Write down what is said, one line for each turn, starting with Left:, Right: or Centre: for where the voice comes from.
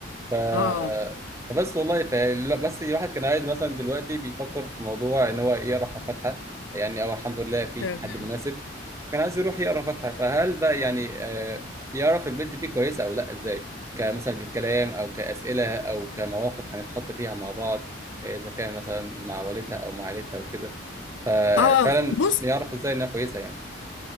Right: ف
Left: اه
Right: فبس والله ف... لا، بس الواحد كان عايز مثلا دلوقتي بيفكر في موضوع ان هو يقرا فاتحه يعني او الحمد لله في
Left: تمام
Right: حد مناسب فكان عايز يروح يقرا فاتحه فهل بقى يعني آه، يعرف البنت دي كويسة أو لأ إزاي كمثلا بالكلام أو كأسئلة أو كمواقف هنتحط فيها مع بعض آه، إذا كان مثلا مع والدها أو مع عيلتها وكده ففعلا
Left: اه بص
Right: يعرف إزاي إنها كويسة يعني